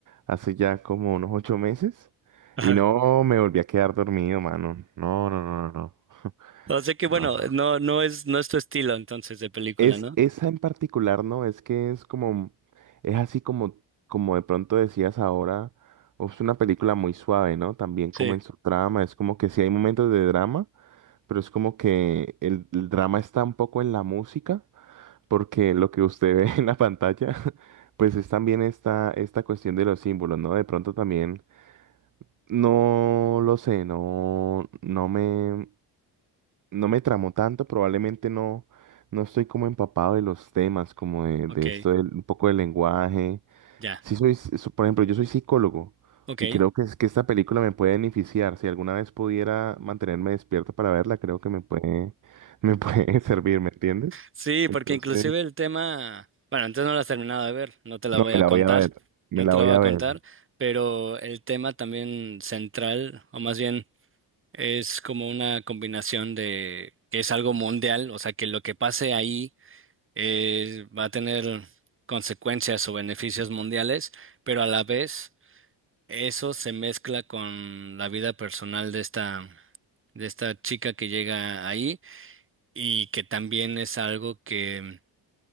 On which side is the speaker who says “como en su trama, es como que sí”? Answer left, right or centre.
Right